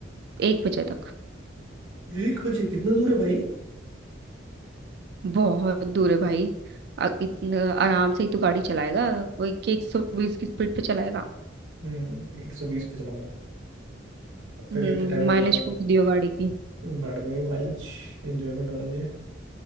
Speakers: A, on the right; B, on the right.
A: एक बजे तक
B: एक बजे कितना दूर है भाई
A: बहुत दूर है भाई अ- इतना आराम से ही तो गाड़ी चलाएगा कोई के एक सौ बीस की स्पीड पे चलाएगा
B: हम्म एक सौ बीस पे चलाऊंगा फिर
A: हम्म
B: कितने टाइम में
A: माइलेज
B: पहुंचूंगा
A: फूक दियो गाड़ी की
B: भाड़ में भी माइलेज एंजॉयमेंट होना चाहिए